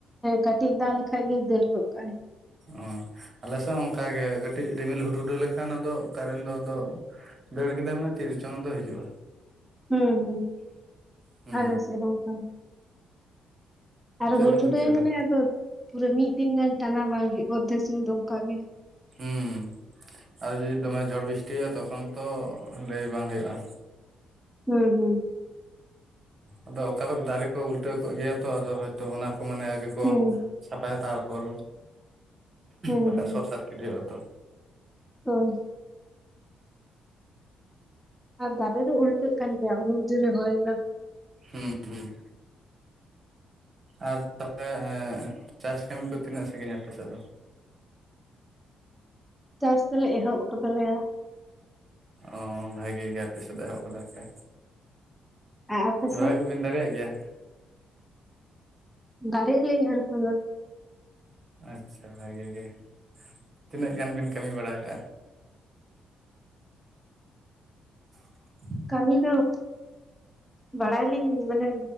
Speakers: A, in the centre; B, on the right.
A: ᱠᱟᱹᱴᱤᱡ ᱫᱟᱜ ᱞᱮᱠᱷᱟᱡ ᱜᱮ ᱫᱟᱹᱲ ᱜᱚᱜ ᱠᱟᱜᱟᱭ᱾
B: ᱚ ᱟᱞᱮ ᱥᱮᱫ ᱚᱱᱠᱟᱜᱮ ᱠᱟᱹᱴᱤᱡ ᱨᱤᱢᱤᱞ ᱦᱩᱰᱦᱩᱰᱟᱹ ᱞᱮᱠᱷᱟᱱ ᱟᱫᱚ ᱠᱟᱨᱮᱱ ᱫᱚ ᱟᱫᱚ ᱫᱟᱹᱲ ᱠᱮᱫᱟᱭ ᱢᱟᱱᱮ ᱛᱤ ᱨᱮ ᱪᱚᱝ ᱟᱫᱚ ᱦᱤᱡᱩᱜ-ᱟ᱾
A: ᱦᱩᱸ ᱦᱩᱸ
B: ᱦᱩᱸ
A: ᱟᱞᱮ ᱥᱮᱫ ᱦᱚ ᱚᱱᱠᱟ ᱜᱮ᱾ ᱟᱨ
B: ᱪᱮᱫ
A: ᱦᱩᱰᱦᱩᱰᱟᱹ
B: ᱵᱮᱱ ᱪᱤᱠᱟᱹᱭᱮᱫᱟ
A: ᱢᱟᱱᱮ ᱟᱫᱚ ᱯᱩᱨᱟᱹ ᱢᱤᱫ ᱫᱤᱱ ᱜᱟᱱ ᱴᱟᱱᱟ ᱵᱟᱝ ᱦᱩᱭᱩᱜ ᱚᱨᱫᱷᱥ ᱥᱚᱢᱚᱭ ᱫᱚ ᱚᱱᱠᱟ ᱜᱮ,
B: ᱦᱩᱸ ᱟᱨ ᱡᱩᱫᱤ ᱫᱚᱢᱮ ᱡᱷᱚᱲ ᱵᱤᱥᱴᱤᱭᱟ ᱛᱚᱠᱷᱚᱱ ᱛᱚ ᱞᱟᱹᱭ ᱵᱟᱝ ᱦᱩᱭᱩᱜ-ᱟ᱾
A: ᱦᱩᱸ ᱦᱩᱸ,
B: ᱟᱫᱚ ᱚᱠᱟ ᱠᱚᱨᱮᱫ ᱫᱟᱨᱮ ᱠᱚ ᱩᱞᱴᱟᱹᱣ ᱠᱚᱜ ᱜᱮᱭᱟ ᱛᱚ ᱟᱫᱚ ᱦᱚᱭᱛᱚ ᱚᱱᱟ ᱠᱚ ᱢᱟᱱᱮ ᱟᱜᱮ ᱠᱚ
A: ᱦᱩᱸ
B: ᱥᱟᱯᱷᱟᱭᱟ ᱛᱟᱨᱯᱚᱨ
A: ᱦᱩᱸ
B: ᱵᱟᱠᱷᱟᱱ
A: ᱦᱩᱸ
B: ᱥᱚᱨᱚᱴ ᱥᱟᱨᱠᱤᱴ ᱦᱩᱭᱩᱜ ᱟᱛᱚ,
A: ᱦᱳᱭ, ᱟᱨ ᱫᱟᱨᱮ ᱫᱚ ᱩᱞᱴᱟᱹᱞ ᱠᱟᱱ ᱜᱮᱭᱟ ᱩᱱᱟᱹᱜ ᱡᱳᱨᱮ ᱦᱚᱭ ᱫᱟ,
B: ᱦᱩᱸ ᱦᱩᱸ᱾ ᱟᱨ ᱛᱟᱦᱚᱞᱮ ᱪᱟᱥ ᱠᱟᱹᱢᱤ ᱠᱚ ᱛᱤᱱᱟᱹᱜ ᱥᱟᱺᱜᱤᱧ ᱟᱯᱮᱥᱮᱫ ᱫᱚ?
A: ᱪᱟᱥ ᱫᱚᱞᱮ ᱮᱦᱚᱵ ᱠᱟᱫᱟᱞᱮᱭᱟ᱾
B: ᱚ ᱵᱷᱟᱜᱮ ᱜᱮᱭᱟ ᱟᱯᱮ ᱥᱮᱫ ᱫᱚ ᱮᱦᱚᱵ ᱠᱟᱫᱟ ᱯᱮ᱾
A: ᱟᱨ ᱟᱯᱮ
B: ᱨᱚᱦᱚᱭ
A: ᱥᱮᱫ
B: ᱠᱚᱵᱤᱱ ᱫᱟᱲᱮᱭᱟᱜ ᱜᱮᱭᱟ,
A: ᱫᱟᱨᱮ ᱳᱭ ᱨᱚᱠᱚᱢ ᱫᱚ <inaudible>
B: ᱟᱪᱪᱷᱟ ᱵᱷᱟᱜᱮ ᱜᱮ ᱛᱤᱱᱟᱹᱜ ᱜᱟᱱ ᱵᱮᱱ ᱠᱟᱹᱢᱤ ᱵᱟᱲᱟ ᱠᱟᱜ-ᱟ᱾ <unintelligible>
A: ᱠᱟᱹᱢᱤ ᱫᱚ ᱵᱟᱲᱟᱭᱟ ᱞᱤᱧ ᱢᱟᱱᱮ